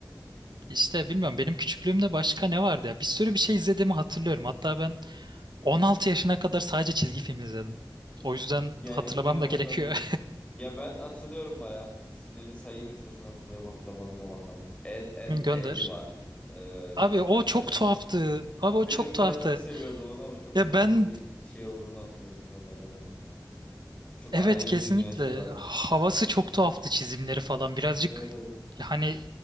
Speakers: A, on the right (about 90°); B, on the left (about 15°).
A: İşte bilmiyorum benim küçüklüğümde başka ne vardı ya. Bir sürü bir şey izlediğimi hatırlıyorum. Hatta ben 16 yaşına kadar sadece çizgi film izledim. O yüzden
B: Yani
A: hatırlamam
B: hemen hemen
A: da gerekiyor.
B: ben de öyle. Ya ben hatırlıyorum bayağı. İsimlerini sayayım istiyorsan hatırlayıp hatırlamadığına bakalım. Ed,
A: <laughs>
B: Ed
A: Gönder.
B: ve Eddie var. Ee,
A: Abi
B: üçlü
A: o
B: bir tayfa.
A: çok tuhaftı. Abi
B: Benim
A: o çok tuhaftı.
B: ben çok seviyordum onu ama çok
A: Ya
B: zorba
A: ben
B: bir şey olduğunu anlıyorum sonradan hani. Çok
A: evet
B: ayrı
A: kesinlikle
B: bir dünya şeyi varmış.
A: havası çok tuhaftı çizimleri falan. Birazcık
B: Evet evet.
A: hani